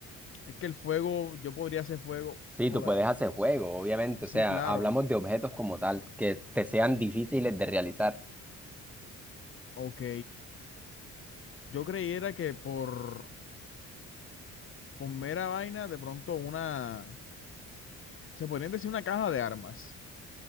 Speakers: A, on the left (about 45°); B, in the centre.
A: es que el fuego, yo podría hacer fuego,
B: Sí,
A: joda.
B: tú puedes hacer juegos, obviamente.
A: Sí,
B: O sea,
A: claro.
B: hablamos de objetos como tal, que te sean difíciles de realizar.
A: Ok. Yo creyera que por, por mera vaina, de pronto una se podrían decir una caja de armas,